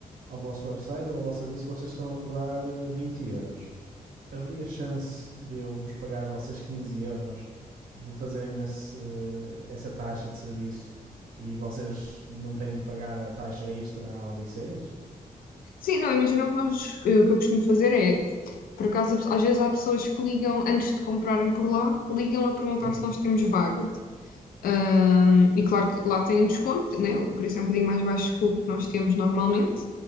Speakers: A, on the right; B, on the left.
A: ao vosso website ou ao vosso serviço, vocês estão a cobrar eh, 20 euros. Haveria chance de eu vos pagar a vocês 15 euros de fazerem-me esse- essa taxa de serviço e vocês não têm de pagar a taxa extra à Odisseias?
B: Sim, não, imagina o que nós, eh, o que eu costumo fazer é, por acaso, às vezes há pessoas que ligam antes de comprarem por lá, ligam a perguntar
A: <laughs> Hum,
B: se nós temos vaga. Ahm, e claro que lá tem um desconto, né? O preço é um bocadinho mais baixo que o que nós temos normalmente.